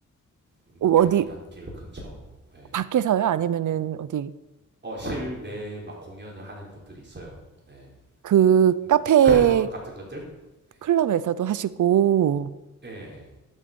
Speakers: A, on the right (about 35°); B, on the right (about 70°).
A: 뭐
B: 어,
A: 경리단길
B: 어디,
A: 근처, 예.
B: 밖에서요? 아니면은 어디,
A: 어, 실내 막 공연을 하는 곳들이 있어요. 네.
B: 그
A: 막
B: 카페
A: 클럽 같은 것들. 예.
B: 클럽에서도 하시고,
A: 네.